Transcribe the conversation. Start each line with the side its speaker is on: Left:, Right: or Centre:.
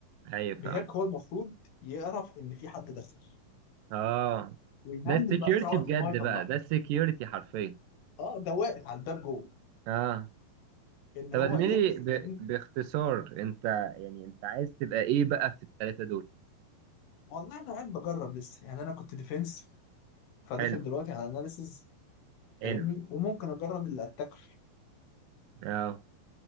Right: ايوه
Left: بيهاك
Right: فهمت
Left: هو المفروض يعرف ان في حد داخل
Right: اه
Left: ويهندل
Right: ده السكيورتي
Left: باسرع وقت
Right: بجد
Left: ان هو يطلعه
Right: بقى ده السكيورتي حرفيا
Left: اه ده واقف على الباب جوه
Right: اه
Left: ان
Right: طب
Left: هو
Right: يا زميلي
Left: يبدا
Right: ب...
Left: لان
Right: باختصار انت يعني انت عايز تبقى ايه بقى في الثلاثه دول
Left: والله انا قاعد بجرب لسه يعني انا كنت ديفense فداخل
Right: حلو
Left: دلوقتي على اناليسز فاهمني
Right: حلو
Left: وممكن اجرب اللي اتاكل
Right: اه